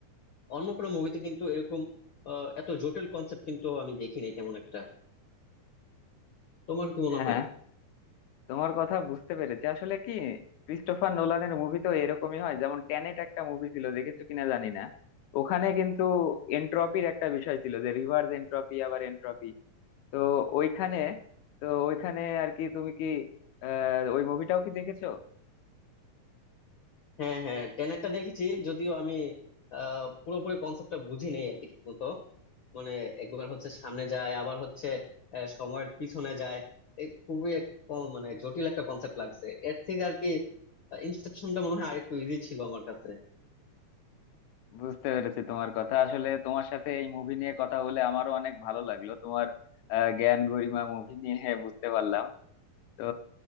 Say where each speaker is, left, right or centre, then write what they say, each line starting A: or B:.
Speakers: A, on the left; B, on the left.
A: অন্য কোনো মুভিতে কিন্তু এরকম আহ, এত জটিল কনসেপ্ট কিন্তু আমি দেখিনি তেমন একটা তোমার কি মনে
B: হ্যাঁ
A: হয়
B: তোমার কথা বুঝতে পেরেছি আসলে কি ক্রিস্টোফার নোলানের মুভি তো এরকমই হয় যেমন ট্যানেট একটা মুভি ছিল দেখেছো কিনা জানি না ওখানে কিন্তু এনট্রপির একটা বিষয় ছিল যে রিভার্স এনট্রপি আবার এনট্রপি তো ওইখানে তো ওইখানে আর কি তুমি কি আহ ওই মুভিটাও কি দেখেছো
A: হ্যাঁ হ্যাঁ টেনেটটা দেখেছি যদিও আমি আহ পুরোপুরি কনসেপ্টটা বুঝি নেই আর কি ঠিক মতো মানে একবার হচ্ছে সামনে যায় আবার হচ্ছে আহ, সময়ের পিছনে যায় এ খুবই এক ক- মানে জটিল একটা কনসেপ্ট লাগছে এর থেকে আর কি ইনসেপশনটা মনে হয় আরেকটু ইজি ছিল আমার কাছে
B: বুঝতে পেরেছি তোমার কথা আসলে তোমার সাথে এই মুভি নিয়ে কথা বলে আমারও অনেক ভালো লাগলো তোমার আহ, জ্ঞান গরিমা মুভি নিয়ে <laughs> বুঝতে পারলাম তো